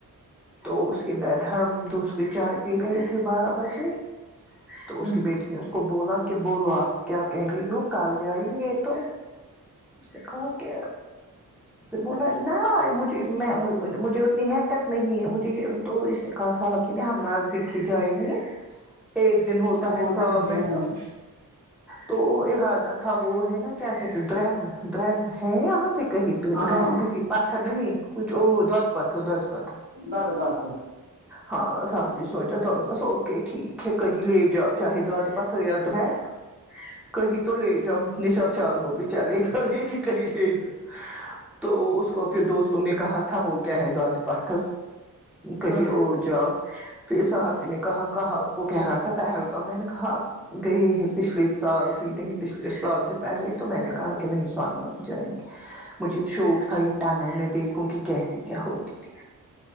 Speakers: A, in the centre; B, on the right (about 25°).
A: تو اس کے بعد ہم دوسری چائے پی لیئے تھے بارہ بجے
B: ہوں،
A: تو اس کی بیٹی نے اس کو بولا کہ بولو آپ کیا کہہ رہی ہو کل جائیں گے تو کہا کہ بولا نہیں مجھے میں مجھے اتنی حہیکت نہیں ہے مجھے یے تو اس کہا صاحب جی نے ہم نزدیک ہی جائیں گے ایک دن ہوتا
B: دور
A: ہے سال
B: بھی جائیں
A: میں
B: گی
A: تو تو ارادہ تھا وہ ہے نا کیا کہتے درگ درگ ہے یہاں سے کہیں پہ
B: ہاں
A: درگ نہیں پاپا نہیں کچھ جو دد پت دد پت
B: دو د پت
A: ہاں صاحب جی سوچۓ تو اوکے ٹھیک ہے کہیں لے جاؤ چاہے دودد پت ہو یا درہگ کہیں تو لے جاؤ مفلس لاچار بچار ے کو لیکے لیکن کہیں لے چاؤ تو اس کو پھر دوستوں نے کہا تھا وہ گۓ داد پت کہی
B: ہاں
A: اور جاؤ پھر صاحب جی نے کہا کہا وہ کہہ رہا تھا پہلگاوں میں نے کہا آپ گئی ہے پچھلے سال ہی نہیں پچھلے سال سے پہلے تو میں نے کہا کہ نہیں اسلامہ باد جائیں گے مجھے شوق تھا یہ ٹنل میں دیکھوں کہ کیسی کیا ہوتی تھی